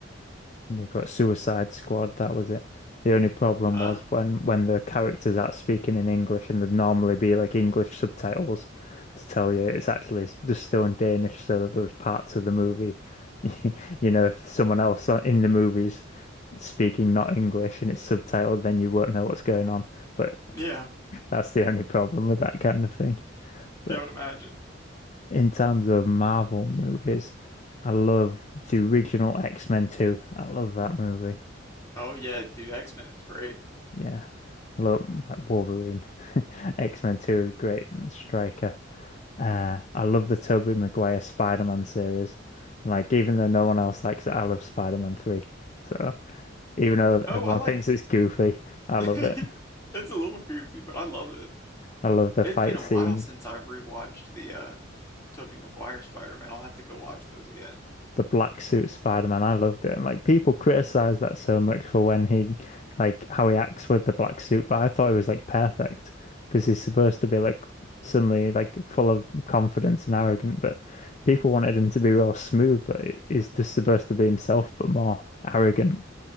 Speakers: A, on the left (about 35°); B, on the left (about 15°).
A: and you got Suicide Squad, that was it. The only problem
B: Uh,
A: was when when the characters are speaking in English and there'd normally be like English subtitles to tell you it's actually s- just still in Danish so that those parts of the movie, <laughs> you know, if someone else on- in the movies speaking not English and it's subtitled, then you won't know what's going on. But
B: yeah,
A: that's the only problem with that kind of thing. But
B: yeah, I would imagine.
A: in terms of Marvel movies, I love the original X-Men 2. I love that movie.
B: Oh yeah, dude, X-Men is great.
A: Yeah. I Love like Wolverine. <laughs> X-Men 2 is great. and Striker. Uh, I love the Tobey Maguire Spider-Man series. And like even though no one else likes it, I love Spider-Man 3. So even though
B: Oh,
A: everyone
B: I like.
A: thinks it's goofy, I
B: <laughs>
A: love it.
B: It's a little goofy, but I love it.
A: I love the
B: It's
A: fight
B: been a
A: scenes.
B: while since I've rewatched the uh Tobey Maguire Spider-Man. I'll have to go watch those again.
A: the black suit Spider-Man. I loved it. And like people criticize that so much for when he like how he acts with the black suit, but I thought it was like perfect because he's supposed to be like suddenly like full of confidence and arrogant, but people wanted him to be real smooth, but he's just supposed to be himself, but more arrogant